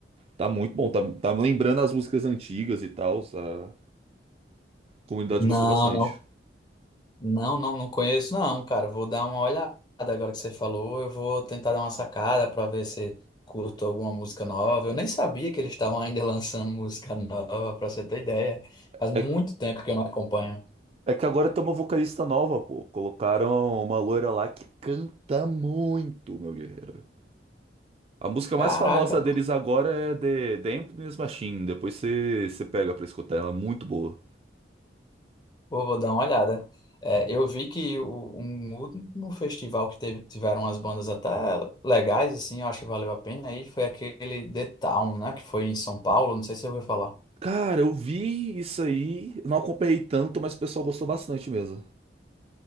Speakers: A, on the right (about 35°); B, on the left (about 25°).
A: tá muito bom. Tá, tá lembrando as músicas antigas e tal. A comunidade
B: Não,
A: gostou bastante.
B: não. Não, não, não conheço, não, cara. Vou dar uma olhada agora que você falou. Eu vou tentar dar uma sacada para ver se curto alguma música nova. Eu nem sabia que eles estavam ainda lançando música nova, para você ter ideia. Faz muito
A: É,
B: tempo que eu não acompanho.
A: é que agora tem uma vocalista nova, pô. Colocaram uma loira lá que canta muito, meu guerreiro. A música
B: Caraca,
A: mais famosa
B: não.
A: deles agora é The, The Emptiness Machine. Depois você você pega pra escutar ela, é muito boa.
B: vou, vou dar uma olhada. É, eu vi que o, um, último festival que teve, tiveram umas bandas até legais, assim, eu acho que valeu a pena. Aí foi aquele The Town, né? Que foi em São Paulo, não sei se você ouviu falar.
A: Cara, eu vi isso aí, não acompanhei tanto, mas o pessoal gostou bastante mesmo.